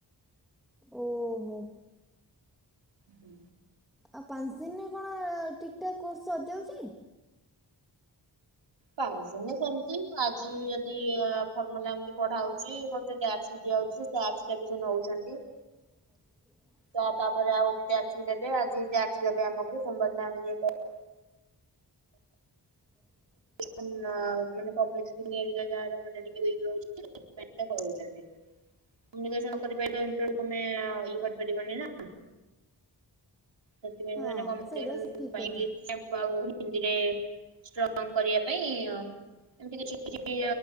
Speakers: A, in the centre; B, on the right (about 80°).
A: ଓ ହୋ।
B: ହୁଁ
A: ଆଉ ପାଞ୍ଚ୍ ଦିନ୍ ରେ କଣ ଠିକ୍ ଠାକ୍ କୋର୍ସ ସରିଯାଉଛି?
B: ପାଞ୍ଚ ଦିନିରେ ସେମତି, ଆଜି ଯଦି ଫର୍ମୁଲା ଏମିତି ପଢାଉଛି ଗୋଟେ ଟାକ୍ସ ବି ଦିଆହଉଛି। ଟ୍ୟାସ୍କ କାଲି ସେ ନଉଚନ୍ତି।
A: <inaudible>
B: ତା ତାପରେ ଆଉ ଗୋଟେ ଟ୍ୟାକ୍ସବି ଦେବେ, ଆଜି ଟ୍ୟାକ୍ସ ଦେବେ ଆମକୁ, ସୋମବାର ଦିନ ଆମେ ଯିଏ କ
A: <inaudible>
B: ମନ ମାନେ ପବ୍ଲିକ ସ୍କୁଲ ନେଇଁକା ଯାହାର ମାନେ ଟିକେ ଉଇକ୍‌ ରୋଉଚି ସେଥିପାଇଁକା ପଳୋଉଚନ୍ତି। ନିବେଶ ନ କରି ପାଇଲେ ଇଣ୍ଟରବିଉ ତମେ ଇଏ କରି ପାରିବନି ନା? ସେଥିପାଇଁ
A: ହଁ
B: ହୁଏନା କୋମ୍ୟୁନିକେସନ
A: ସେଇଟା ଠିକ୍ କଥା
B: <inaudible> ଆଉ ହିନ୍ଦୀରେ ଷ୍ଟ୍ରଙ୍ଗ କରିବା ପାଇଁ ଅଁ ଏମତି କିଛି କିଛି